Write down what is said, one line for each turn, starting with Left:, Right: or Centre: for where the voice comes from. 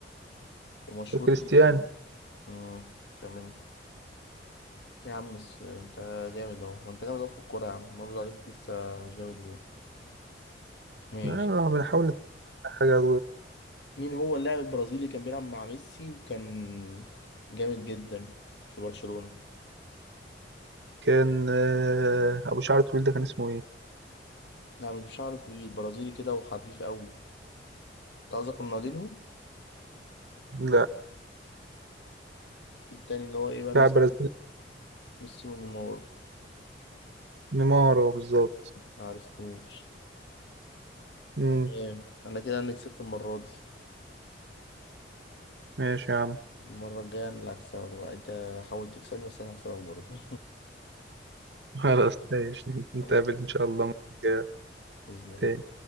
Left: ومشهور
Right: كريستيانو
Left: جدا مم، تمام يا عم الس- انت جامد اهو ما انت جامد اهو في الكورة يا عم ما بيقول عليك لسه مش جامد ليه ماشي
Right: آه، بنحاول نتابع حاجة
Left: مين هو اللاعب البرازيلي كان بيلعب مع ميسي وكان جامد جدا في برشلونة
Right: كان آه، أبو شعر طويل ده كان اسمه إيه؟
Left: لا مش بشعر طويل برازيلي كده وحريف قوي انت قصدك رونالدينهو
Right: لا
Left: في التاني اللي هو ايه بقى ميسي
Right: لاعب برازيلي
Left: ميسي ونيمار
Right: نيمار هو بالظبط
Left: ما عرفتوش
Right: مم.
Left: تمام انا كده انا كسبت المرة دي
Right: ماشي يا عم
Left: المرة الجاية انا اللي هكسبك بقى انت حاول تكسبني بس انا هكسبك برضه
Right: خلاص ماشي نتقابل
Left: <laughs>
Right: إن شاء الله مرة جاية
Left: بإذن الله
Right: تاني